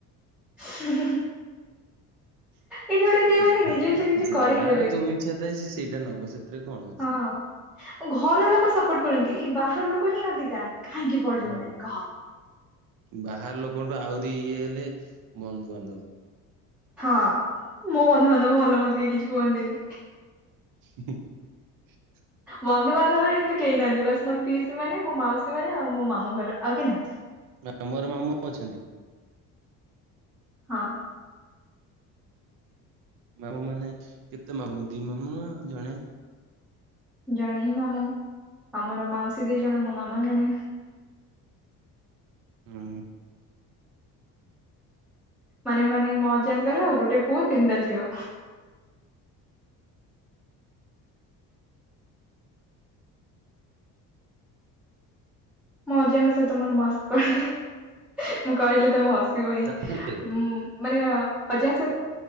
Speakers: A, in the centre; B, on the right.
A: <unintelligible>
B: <inaudible>
A: ଏଇଠି ଗୋଟେ କେହି ମାନେ
B: ଯା,
A: ନିଜ ଇଚ୍ଛାରେ କିଛି
B: ଯାହାର
A: କରେଇଦେବେନି
B: ଯୋଉ ଇଚ୍ଛା ଥାଏ। ସେ ସେଇଟା ନବ ସେଥିରେ କଣ ଅଛି?
A: ହଁ ଘର ଲୋକ ସପୋର୍ଟ କରନ୍ତି। ଏଇ ବାହାର ଲୋକ ହିଁ ଅଧିକା! କାହିଁକି ପଢିଲୁ
B: ହଁ
A: ନାହିଁ କହ?
B: ବାହାର ଲୋକଙ୍କଠୁ ଆହୁରି ଇଏ ହେଲେ, ବନ୍ଧୁବାନ୍ଧବ।
A: ହଁ ମୋ ବନ୍ଧୁବାନ୍ଧବ ଭଲ ମତେ କେହି କିଛି କୁହନ୍ତିନି।
B: <unintelligible>
A: ବନ୍ଧୁବାନ୍ଧବରେ ଏମିତି କେହି ନାହାଁନ୍ତି? ବାସ୍ ମୋର ପିଇସି ମାନେ, ମୋ ମାଉସୀ ମାନେ, ଆଉ ମୋ ମାମୁଁ ଘର। ଆଉ କେହି ନାହାଁନ୍ତି?
B: ନାଁ, ମୋର ମାମୁଁ ଅଛନ୍ତି।
A: ହଁ।
B: ମାମୁଁ ମାନେ କେତେ ମାମୁଁ, ଦି ମାମୁଁ, ନା ଜଣେ?
A: ଜଣେ ହି ମାମୁଁ, ଆମର ମାଉସୀ ଦି ଜଣ, ମୋ ମାମା ଜଣେ।
B: ହୁଁ, ହୁଁ।
A: ମାନେ ମାନେ ମୋ ଅଜାଙ୍କର ଗୋଟେ ପୁଅ, ତିନିଟା ଝିଅ। ମୋ ଅଜାଙ୍କ ସହିତ ମୋର ମସ୍ତ ପଡେ। ମୁଁ କହିଲେ ତମେ ହସିବ ହିଁ।
B: ଜାଣିଛନ୍ତି?
A: ହୁଁ ମାନେ ଅଜାଙ୍କ ସ